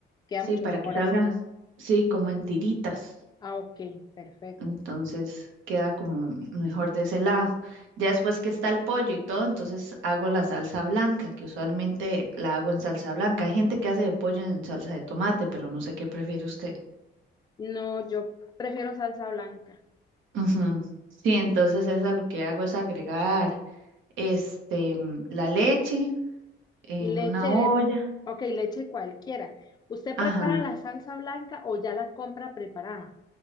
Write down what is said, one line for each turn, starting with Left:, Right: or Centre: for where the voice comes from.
Left: queda
Right: sí,
Left: mucho
Right: para
Left: mejor
Right: que salga,
Left: así.
Right: sí, como en tiritas.
Left: Ah, ok, perfecto.
Right: Entonces queda como m- mejor de ese lado. Ya después que está el pollo y todo, entonces hago la salsa blanca, que usualmente la hago en salsa blanca. Hay gente que hace de pollo en salsa de tomate, pero no sé qué prefiere usted.
Left: No, yo prefiero salsa blanca.
Right: Ujú. Sí, entonces esa lo que hago es agregar este mm, la leche en
Left: Leche,
Right: una olla.
Left: ok, leche cualquiera. ¿Usted prepara
Right: Ajá.
Left: la salsa blanca o ya la compra preparada?